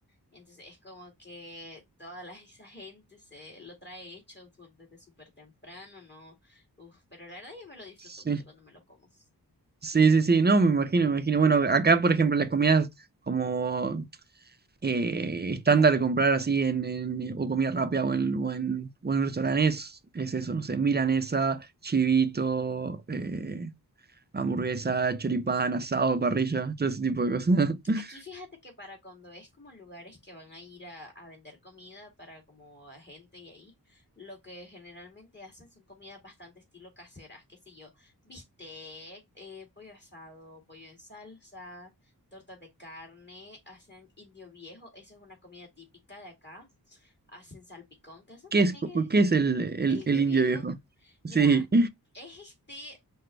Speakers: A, on the left; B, on the right.
A: Entonces es como que toda la, esa gente se lo trae hecho su- desde súper temprano, ¿no? Uf, pero la verdad yo me lo disfruto
B: sí.
A: mucho cuando me lo como.
B: Sí, sí, sí, no, me imagino, me imagino. Bueno, acá, por ejemplo, las comidas como eh, estándar de comprar así en, en- eh, o comida rápida o en, o en, o en un restaurante es, es eso, no sé, milanesa, chivito, eh, hamburguesa, choripán, asado, parrilla, todo ese tipo de cosas. <laughs>
A: Aquí fíjate que para cuando es como lugares que van a ir a, a vender comida para como a gente y ahí, lo que generalmente hacen son comidas bastante estilo caseras, qué sé yo, bistec, eh, pollo asado, pollo en salsa, tortas de carne, hacen indio viejo, esa es una comida típica de acá, hacen salpicón, que eso
B: ¿Qué
A: también
B: es,
A: es
B: qué es el, el,
A: el indio
B: el indio
A: viejo.
B: viejo?
A: Mira,
B: Sí,
A: es este